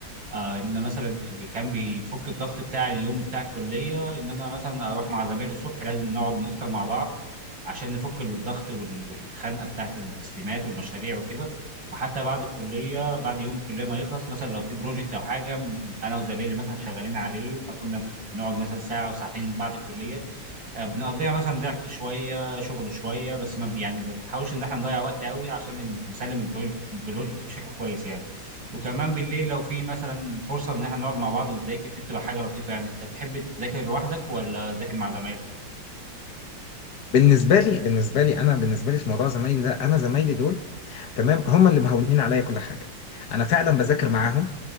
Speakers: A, on the right; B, on the left.
A: آه ان انا مثلا اللي كان بيفك الضغط بتاع اليوم بتاع الكليه ان انا مثلا اروح مع زمايلي الصبح لازم نقعد نفطر مع بعض عشان نفك الضغط وال- والخنقه بتاعت التسليمات والمشاريع وكده وحتى بعد الكليه بعد يوم الكليه ما يخلص مثلا لو في بروجكت او حاجه انا وزمايلي مثلا شغالين عليه فكنا بنقعد مثلا ساعه او ساعتين بعد الكليه آه، بنقضيها مثلا ضحك شويه شغل شويه بس ما بي- يعني ما بنحاولش ان احنا نضيع وقت قوي عشان نسلم البروجكت البروجكت بشكل كويس يعني وكمان بالليل لو في مثلا فرصه ان احنا نقعد مع بعض ونذاكر دي بتبقى حاجه لطيفه يعني انت بتحب تذاكر لوحدك ولا تذاكر مع زمايلك
B: بالنسبه لي بالنسبه لي انا بالنسبه لي في موضوع زمايلي ده انا زمايلي دول تمام هم اللي مهونين عليا كل حاجه انا فعلا بذاكر معاهم